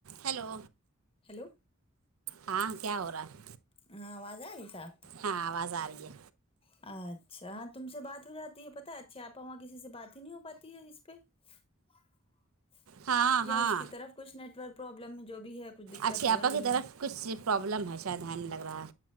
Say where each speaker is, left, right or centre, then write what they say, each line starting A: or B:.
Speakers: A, on the right; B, on the left.
A: ہیلو
B: ہیلو
A: ہاں کیا ہو رہا ہے
B: ہاں آواز آئی صاف
A: ہاں آواز آ رہی ہے
B: اچھا تم سے بات ہو جاتی ہے پتہ اچھی آپا وہاں کسی سے بات ہی نہیں ہو پاتی ہے اس پہ <unintelligible>
A: ہاں ہاں
B: یا اس کی طرف کچھ نیٹورک پرابلم جو بھی ہے کچھ دقت
A: اچھیاپا
B: ہو رہی
A: کی طرف
B: ہے
A: کچھ پرابلم ہے شاید ہےاینگ لگ رہا ہے